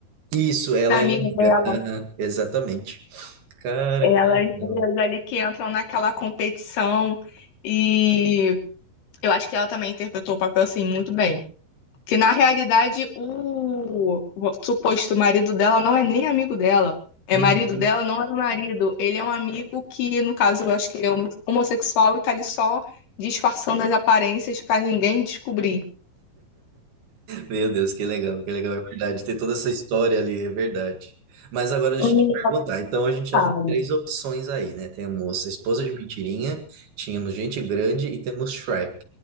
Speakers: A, on the right (about 70°); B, on the left (about 75°).
A: Isso, ela
B: Da amiga
A: é amiga.
B: dela.
A: Aham, exatamente. Cara,
B: Elas
A: que legal.
B: duas ali que entram naquela competição. E eu acho que ela também interpretou o papel assim muito bem. Que na realidade o, o suposto marido dela não é nem amigo dela. É
A: Uhum.
B: marido dela, não é um marido. Ele é um amigo que, no caso, eu acho que é homo- homossexual e tá ali só disfarçando as aparências pra ninguém descobrir.
A: Meu Deus, que legal, que legal, é verdade. Tem toda essa história ali, é verdade. Mas agora deixa
B: Um
A: eu te perguntar. Então a gente
B: detalhe.
A: já tem três opções aí, né? Temos a Esposa de Mentirinha, tínhamos Gente Grande e temos Shrek.